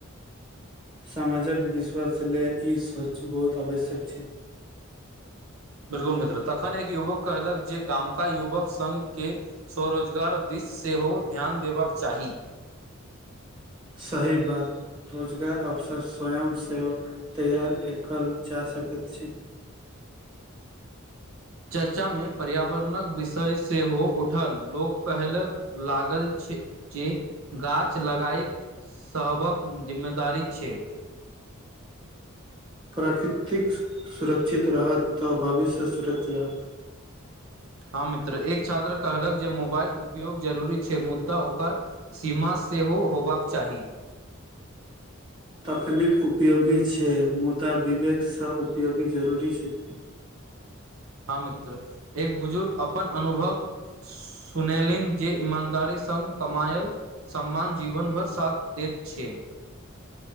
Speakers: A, on the right (about 25°); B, on the right (about 85°).
A: समाजक विश्वास लेल ई सोच बहुत आवश्यक छै
B: बिलकुल मित्र तखन एक युवक कहलक जे गामका युवक संघ के स्वरोजगार दिस सेहो ध्यान देबाक चाही
A: सही बात रोजगार अवसर स्वयं सेहो तैयार एकल जा सकत छी
B: चर्चा मे पर्यावरणक विषय सेहो उठल लोक कहलक लागल जे गाछ लगाएक सभक जिम्मेदारी छै <inaudible>
A: प्राकृतिक सुरक्षित रहत तऽ भविष्य सुरक्षित रहत
B: <inaudible> हँ मित्र एक छात्र कहलक जे मोबाइल उपयोग जरूरी छै मुद्दा ओकर सीमा सेहो होबाक चाही
A: तकनीक उपयोगी छै मुदा विवेक स उपयोगी जरूरी छै
B: <inaudible> हँ मित्र एक बुजुर्ग अपन अनुभव सुनेलनि जे ईमानदारी संग कमायल सम्मान जीवन भर साथ देत छै <inaudible>